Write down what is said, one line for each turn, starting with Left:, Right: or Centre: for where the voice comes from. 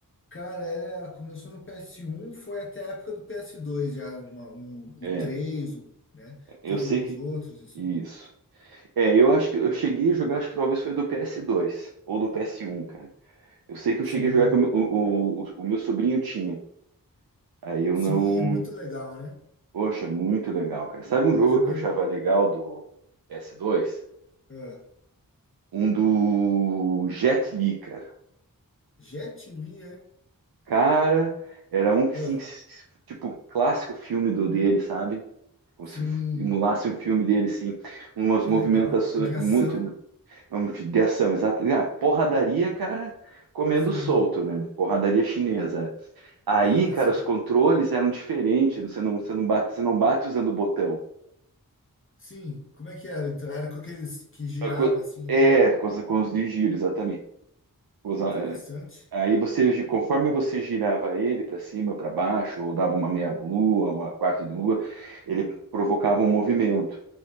Left: Cara, era- começou no ps um, foi até a época do ps dois, já, uma- o,
Right: É,
Left: o 3, o- né?
Right: eu
Left: Teve
Right: sei
Left: uns
Right: que.
Left: outros, assim.
Right: Isso. É, eu acho que eu cheguei a jogar, acho que talvez foi do PS2 ou do PS1, cara. Eu sei que eu
Left: Sim,
Right: cheguei a jogar que o, meu- o, o, o meu sobrinho tinha. Aí eu
Left: sim,
Right: não,
Left: é muito legal, né?
Right: Poxa, muito legal, cara. Sabe um jogo
Left: Eu joguei.
Right: que eu achava legal do P s 2
Left: ah,
Right: Um do Jet Li, cara.
Left: Jet Li, é?
Right: Cara, era um que,
Left: Ah,
Right: sim, tipo, clássico filme do dele, sabe? Como
Left: sim,
Right: se emulasse o filme dele, assim. Umas
Left: que
Right: movimentações
Left: legal. A de ação,
Right: muito de ação, exato. Ah, porradaria, cara, comendo
Left: sim,
Right: solto, né? Porradaria chinesa, né? Aí,
Left: massa.
Right: cara, os controles eram diferentes. Você não, você não, bate, você não bate usando o botão.
Left: Sim, como é que era? Então, era com aqueles que girava
Right: É, co-
Left: assim,
Right: é,
Left: né?
Right: com os, com os de giro, exatamente. Usa-
Left: Que interessante.
Right: eh, Aí você, conforme você girava ele para cima, para baixo, ou dava uma meia lua, uma quarta de lua, ele provocava um movimento.